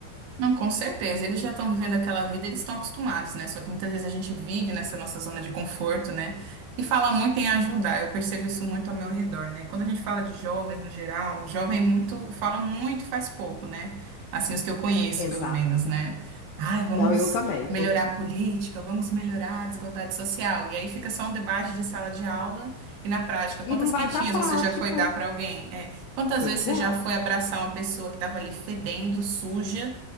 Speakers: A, on the right; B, on the left.
A: Não, com certeza. Eles já estão vivendo aquela vida, eles estão acostumados, né? Só que muitas vezes a gente vive nessa nossa zona de conforto, né? E fala muito em ajudar. Eu percebo isso muito ao meu redor, né? Quando a gente fala de jovens no geral, jovem é muito fala muito e faz pouco, né? Assim, os que eu conheço,
B: Exato.
A: pelo menos, né? Ai, vamos
B: Não, eu também
A: melhorar
B: tô.
A: a política, vamos melhorar a desigualdade social. E aí fica só um debate de sala de aula e na prática, quantas
B: E não vai
A: quentinhas
B: para a prática.
A: você já foi dar para alguém? É, quantas
B: Pois
A: vezes você
B: é,
A: já foi abraçar uma pessoa que estava ali fedendo, suja?